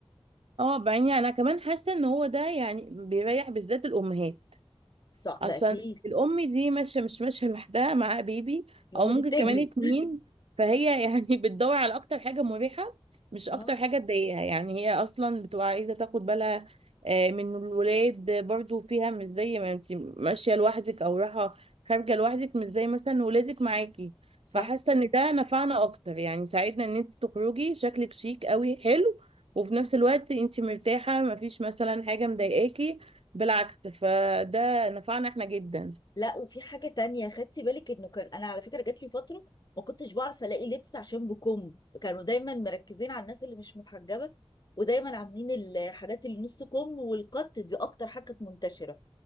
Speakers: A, on the right; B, on the left.
A: اه بعدين انا كمان حاسه ان هو ده يعني بيريح بالذات الامهات
B: صح
A: اصلا
B: ده اكيد
A: الام دي ماشيه مش ماشيه لوحدها معاها بيبي
B: لو
A: او
B: ما
A: ممكن
B: دي بتجري
A: كمان اتنين فهي يعني <laughs> بتدور على اكتر حاجه مريحه
B: <laughs>
A: مش اكتر
B: اه
A: حاجه تضايقها يعني هي اصلا بتبقى عايزه تاخد بالها آه، من الولاد برضو فيها مش زي ما انت ماشيه لوحدك او رايحه خارجه لوحدك مش زي مثلا ولادك معاكي
B: صح
A: فحاسه ان ده نفعنا اكتر يعني ساعدنا ان انت تخرجي شكلك شيك قوي حلو وفي نفس الوقت انت مرتاحه مفيش مثلا حاجه مضايقاكي بالعكس فده نفعنا احنا جدا
B: لا وفي حاجة تانية خدتي بالك انه كان انا على فكرة جات لي فترة ما كنتش بعرف الاقي لبس عشان بكم كانوا دايما مركزين على الناس اللي مش محجبة ودايما عاملين الحاجات اللي نص كم والقط دي اكتر حاجة كانت منتشرة